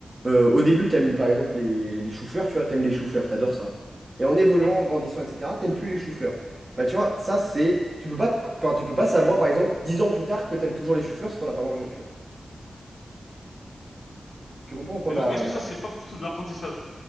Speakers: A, on the right; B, on the left.
A: euh, au début, t'aimes, par exemple, les, les choux-fleurs, tu vois, t'aimes les choux-fleurs, t'adores ça. Et en évoluant,
B: ouais. Mhm.
A: en grandissant, etc., t'aimes plus les choux-fleurs. Bah, tu vois, ça, c'est. Tu peux pas, te- enfin, tu peux pas
B: Tu...
A: savoir, par exemple, 10 ans plus tard que t'aimes toujours les choux-fleurs si t'en as pas mangé, tu vois. Tu comprends ou pas
B: Mais
A: ma,
B: donc, est-ce
A: ma
B: que ça,
A: réflexion?
B: c'est pas plutôt de l'apprentissage?